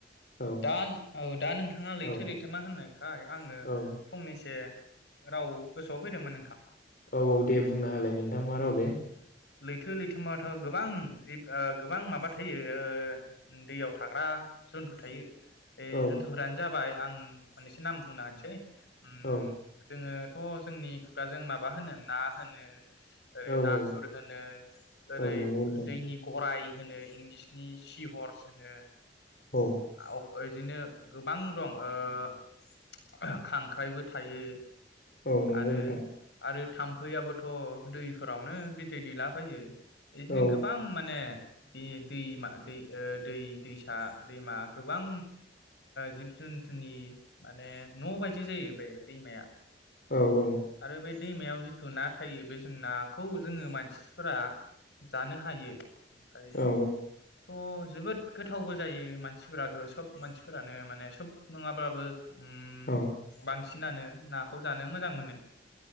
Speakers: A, on the left; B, on the left.
A: औ
B: दा औ दा नोंथाङा लैथो
A: औ
B: लैथो मा होननो हाय आङो
A: औ
B: फंनैसे। राव गोसोआव फैदोंमोन नोंथाङ।
A: औ औ दे बुंना होलाय नोंथां मा राव बे ।
B: लैथो लैथोमाथ' गोबां जिब गोबां माबा थायो ओ दैयाव थाग्रा जन्थु थायो। बे
A: औ
B: जन्थुफोरानो जाबाय आं मोनसे नाम बुंना होनसै ओ
A: औ
B: जोंङो थ जोंनि खुगाजों माबा होनो ना होनो ओरै
A: औ औ
B: <unintelligible> ओरै
A: औ नंगौ नोंथां
B: दैनि दाय होनो इंलिसनि सि हर्स होनो
A: औ
B: <unintelligible> बिदिनो गोबां दं ओ खांख्राइबो थायो
A: औ नंगौ
B: आरो
A: नोंथां
B: आरो थाम्फैआबोथ दैफोरावनो बिदै दैलाबायो बिदिनो
A: औ
B: गोबां माने बे दैमा दै दै दैसा दैमा गोबां जिब जुन्थुनि माने न बायदि जायो बे दैमाया
A: औ औ
B: आरो बे दैमायाव जिथु ना थायो बे जों नाखौ जोंङो मानसिफोरा जानो हायो । ओमफ्रायो
A: औ
B: थ जोबोद गोथावबो जायो मानसिफोराबो सब मानसिफोरानो माने सब नंङाब्लाबो ओम
A: औ
B: बां सिनानो नाखौ जा नो मोजां मोनो।